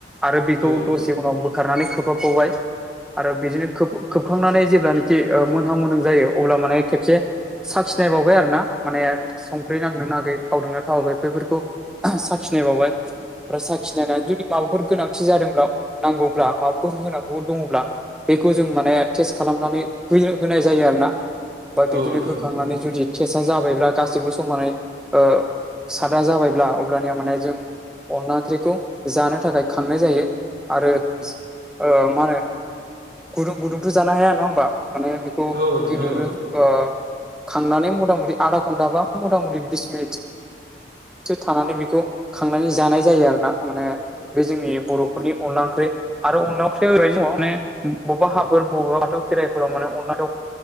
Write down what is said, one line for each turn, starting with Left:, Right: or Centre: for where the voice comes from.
Centre: आरो बेखौ
Right: औ नोंथां
Centre: दसे उनाव बोखारनानै खोबहाबावबाय आरो बिदिनो खोबखांनानै जेब्लानोाखि ओ मोनहां मोनहां जायो अब्ला माने खेबसे साखिनाय बावबाय आरो ना माने संख्रि नांदों नाङाखै थावदों ना थावाखै बेफोरखौ साखिनाय बावबाय ओमफ्राय साखिनायनानै
Right: औ
Centre: जुदि माबाफोर गोनां थि जादोंब्ला नांगौब्ला माबाफोर होनांगौ दंब्ला बेखौ जों माने टेस्ट खालामनानै हो होनाय जायो आरोना बा
Right: औ
Centre: बिदिनो
Right: नोंथां
Centre: हो माने जुदि टेसआ जाबायब्ला गासिबो समानै ओ सादा जाबायब्ला अब्लानिया माने जों अनला ओंख्रिखौ जानो थाखाय खांनाय जायो आरो ओ मा होनो गुदुं गुदुंथ' जानो हाया नङा होमबा माने खौ
Right: औ नोंथां औ नोंथां औ नोंथां
Centre: गिबियावनो
Right: औ
Centre: ओ खांनानै मथा मथि आधा घन्टा बा मथा मथि बिस मिनिट थानानै बेखौ खांनानै जानाय जायो आरो ना माने बे जोंनि बर'फोरनि अनला ओंख्रि आरो अनला ओंख्रियाव होबाय जोंनाव माने बबेबा हाफोर बबेबा बाथौ खेराइफोराव माने अनला <unintelligible>